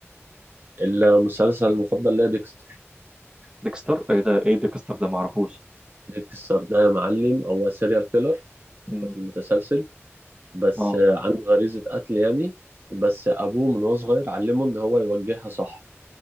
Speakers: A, on the right; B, on the right.
A: المسلسل المفضل ليا ديكستر
B: ديكستر ايه ده ايه ديكستر ده معرفوش
A: ديكستر ده يا معلم هو سيريال كيلر
B: مم.
A: قاتل متسلسل بس
B: اه
A: آه، عنده غريزة قتل يعني بس أبوه من وهو صغير علمه إن هو يوجهها صح